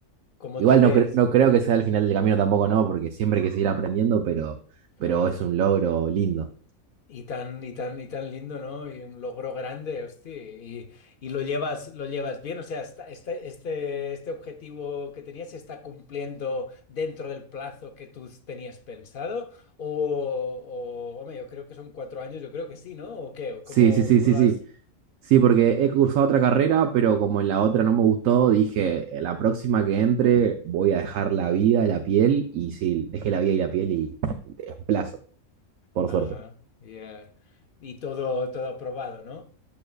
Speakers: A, on the left; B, on the right.
A: ¿cómo
B: Igual
A: te ves?
B: no, cre- no creo que sea el final del camino tampoco, no, porque siempre hay que seguir aprendiendo, pero,
A: Claro.
B: pero es un logro lindo.
A: Y tan, y tan, y tan lindo, ¿no? Y un logro grande, hostia. Y, y lo llevas, lo llevas bien. O sea, está- este, este, este objetivo que tenías se está cumpliendo dentro del plazo que tú tenías pensado. O, o hombre, yo creo que son cuatro años, yo creo que sí, ¿no? ¿O qué? ¿O
B: Sí,
A: ¿Cómo,
B: sí, sí,
A: cómo
B: sí,
A: lo
B: sí.
A: has?
B: Sí, porque he cursado otra carrera, pero como en la otra no me gustó, dije, "Eh, la próxima que entre voy a dejar la vida y la piel, y sí, dejé la vida y la piel y es un plazo, por
A: Ajá,
B: suerte.
A: ya. Y todo, todo aprobado, ¿no?